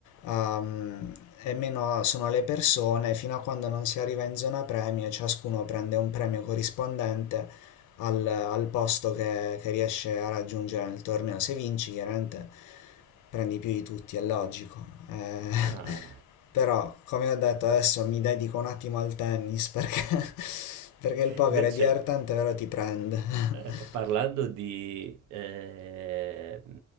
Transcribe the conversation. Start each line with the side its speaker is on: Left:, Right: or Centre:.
Left: ehm, e meno sono le persone, fino a quando non si arriva in zona premio, e ciascuno prende un premio corrispondente al, al posto che, che riesce a raggiungere nel torneo. Se vinci, chiaramente prendi più di tutti, è logico. Eh,
Right: ah.
Left: <laughs> però, come ho detto, adesso mi dedico un attimo al tennis perché, <laughs> perché il poker
Right: <laughs> Invece
Left: è divertente, però ti prende.
Right: Eh, parlando
Left: <laughs>
Right: di, eh, mh,